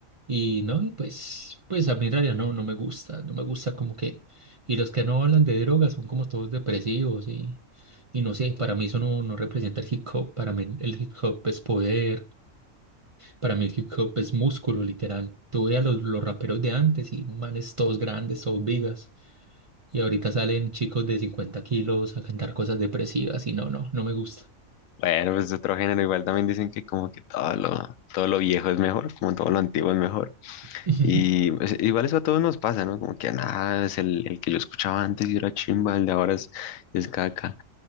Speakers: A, on the right; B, on the left.
A: y no, y pues, pues a mí en realidad no, no me gusta. No me gusta como que. Y los que no hablan de drogas son como todos depresivos y, y no sé, para mí eso no, no representa el hip hop. Para mí el hip hop es poder. Para mí el hip hop es músculo, literal. Tú ve a los, los raperos de antes y manes todos grandes, todos vigas. Y ahorita salen chicos de 50 kilos a cantar cosas depresivas y no, no, no me gusta.
B: Bueno, pues otro género, igual también dicen que como que todo lo, todo lo viejo es mejor, como todo lo antiguo es mejor.
A: <laughs>
B: Y pues, igual eso a todos nos pasa, ¿no? Como que nada, es el, el que yo escuchaba antes y era chimba, el de ahora es, es caca.